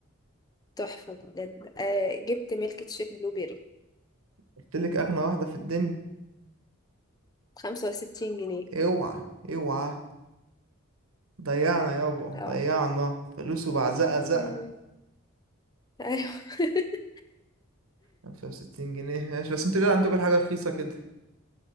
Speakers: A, on the left; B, on the right.
A: تحفة بجد آه جبت ميلك تشيك بلو بيري
B: قلتلك اغنى واحده في الدنيا
A: 65 جنيه
B: اوعى اوعى ضيعنا يابا ضيعنا
A: اه
B: فلوس وبعزقه زقه
A: مم. ايوه <laughs>
B: 65 جنيه ماشي بس انتوا ليه عندكم كل حاجه رخيصه كده